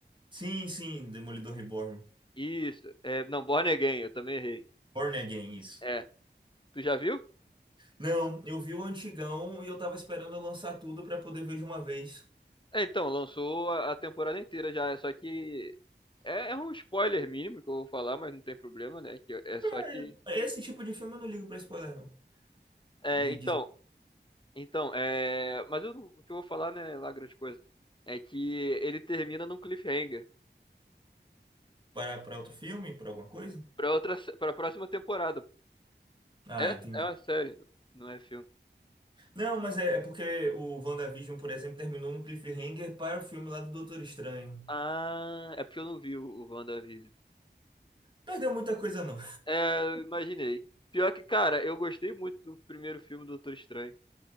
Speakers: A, on the right; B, on the left.
A: Sim, sim, Demolidor Reborn.
B: Isso. É, não, Born Again, eu também errei.
A: Born Again, isso.
B: É. Tu já viu?
A: Não, eu vi o antigão e eu tava esperando eu lançar tudo pra poder ver de uma vez.
B: É, então, lançou a, a temporada inteira já. Só que. É, é um spoiler mínimo que eu vou falar, mas não tem problema, né? Que, é
A: Pra-
B: só que.
A: Esse tipo de filme eu não ligo pra spoiler, não.
B: É,
A: De,
B: então,
A: de
B: Então, é... mas eu não- o que eu vou falar, né, lá grande coisa, é que ele termina num cliffhanger
A: Para, para outro filme? Para alguma coisa?
B: pra outra, para próxima temporada. pô.
A: Ah,
B: É,
A: entendi.
B: é uma série, não é filme.
A: Não, mas é, é porque o WandaVision, por exemplo, terminou no cliffhanger para o filme lá do Doutor Estranho.
B: Ah, é porque eu não vi o, o WandaVision.
A: Perdeu muita coisa, não.
B: É, eu imaginei. Pior que, cara, eu gostei muito do primeiro filme do Doutor Estranho.